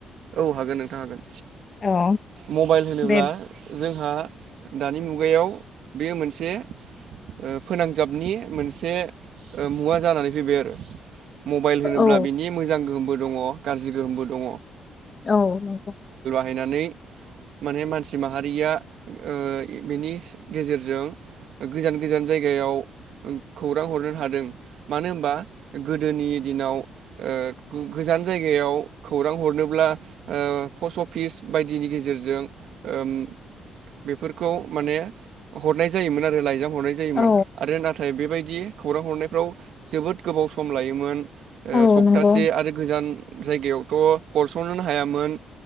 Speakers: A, on the right; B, on the left.
A: औ हागोन नोंथां हागोन
B: औ
A: मबाइल होनोब्ला
B: दे
A: जोंहा दानि मुगायाव बेयो मोनसे ओ फोनांजाबनि मोनसे ओ मुवा जानानै फैबाय आरो मबाइल
B: औ
A: होनोब्ला बिनि मोजां गोहोमबो दङ गाज्रि गोहोमबो दङ
B: औ नंगौ
A: फाहायनानै माने मानसि माहारिया ओ बिनि गेजेरजों गोजान गोजान जायगायाव खौरां हरनो हादों मानो होनबा गोदोनि दिनाव ओ गौ गोजोन गोजान जायगायाव खौरां हरनो अब्ला ओ पस्ट अफिस बायदिनि गेजेरजों ओ बेफोरखौ माने हरनाय जायोमोन आरो लाइजाम हरनाय जायोमोन
B: औ
A: आरो नाथाय बेबायदि खौरां हरनायफ्राव जोबोद गोबाव सम लायोमोन ओ
B: औ
A: सप्तासे
B: नंगौ
A: आरो गोजान जायगायावथ हरसनोनो हायामोन